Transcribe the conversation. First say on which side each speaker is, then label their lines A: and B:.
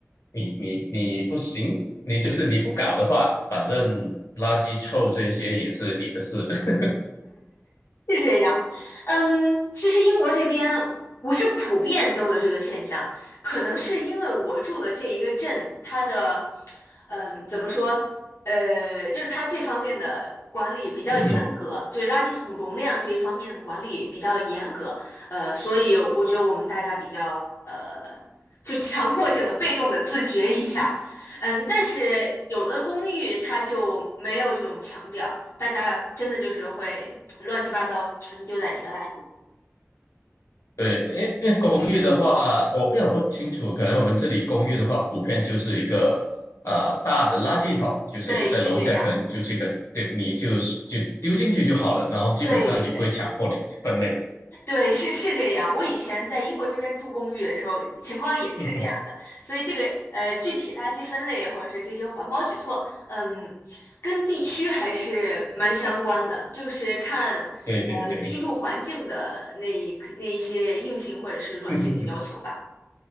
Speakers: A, on the left; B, on the left.
A: 你你你不行，你就是你不搞的话，反正垃圾臭这些也是你的事。<laughs>
B: 是这样，嗯，其实英国这边不是普遍都有这个现象，可能是因为我住的这一个镇，它的，嗯，怎么说，呃，就是它这方面的管理比较严格，
A: 嗯哼
B: 就是垃圾桶容量这一方面的管理比较严格，呃，所以我觉得我们大家比较，呃，就强迫性的、被动的自觉一下，嗯，但是有的公寓它就没有这种强调。大家真的就是会乱七八糟全丢在一个垃圾。
A: 对，因为因为公寓的话，我因为我不清楚，可能我们这里公寓的话，普遍就是一个啊大的垃圾桶，就是在楼下，
B: 对，是这样。
A: 可能就这个，对，你就是就丢进去就好了，然后基本上也不会强迫你去分类。
B: 对对对，是是这样。我以前在英国这边住公寓的时候，情况也是这样的。
A: 嗯哼，
B: 所以这个呃，具体垃圾分类或者是这些环保举措，嗯，跟地区还是蛮相关的，就是看
A: 对对对，
B: 呃居住环境的那一那一些硬性或者是软性的要求吧。
A: 嗯哼哼，